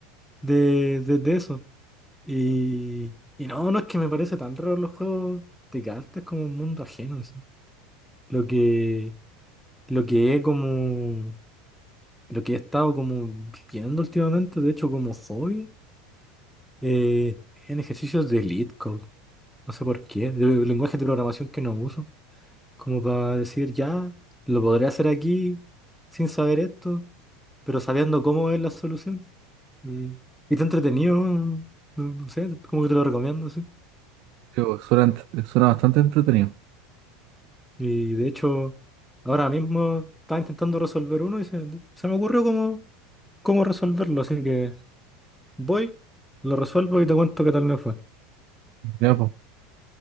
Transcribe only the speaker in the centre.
de, de, de eso. Y, y no, no es que me parece tan raro los juegos de cartas como un mundo ajeno, así. Lo que, lo que es como. Lo que he estado como viendo últimamente, de hecho, como hobby, eh, en ejercicios de Elite Code. No sé por qué, de lenguaje de programación que no uso. Como para decir, ya, lo podré hacer aquí sin saber esto, pero sabiendo cómo es la solución. Y, y te entretenido, no, no sé, como que te lo recomiendo, sí.
Y de hecho, ahora mismo estaba intentando resolver uno y se, se me ocurrió cómo, cómo resolverlo, así que voy, lo resuelvo y te cuento qué tal me fue.